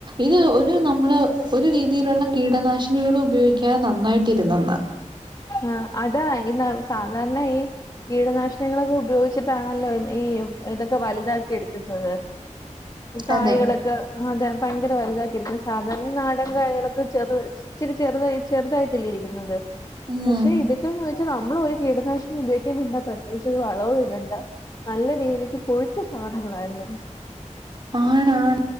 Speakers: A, on the right; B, on the left.
A: ഇത് ഒര് നമ്മള് ഒരു രീതിയിലുള്ള കീടനാശിനികളും ഉപയോഗിക്കാതെ നന്നായിട്ട് ഇര്ന്നന്ന്
B: ആഹ് അതാ. ഇന്ന് സാധാരണ ഈ കീടനാശിനങ്ങളൊക്കെ ഉപയോഗി ച്ചിട്ടാണല്ലോ ഈ തൊക്കെ വല്താക്കി ഇട്ക്ക്ന്നത്. ഈ കായകളൊക്കെ
A: അതെ
B: അതെ ഭയങ്കര വലുതാക്കിയിര്ക്ക് ന്ന്. സാധാരണ ഈ നാടൻ കായകളൊക്കെ ചെറ് ച്ചിരി ചെറ്തായി ചെറുതായിട്ടല്ലേ ഇരിക്ക്ന്നത്
A: ഉം
B: പക്ഷെ ഇതൊക്കെയന്ന് വെച്ചാ നമ്മളൊരു കീടനാശിനിം ഉപയോഗിക്കേംവേണ്ട പ്രത്യേകിച്ച് ഒരു വളവും ഇടണ്ട. നല്ല രീതിക്ക് കൊഴുത്ത സാധനങ്ങളായിര്ന്ന്.
A: ആണാ ആൺ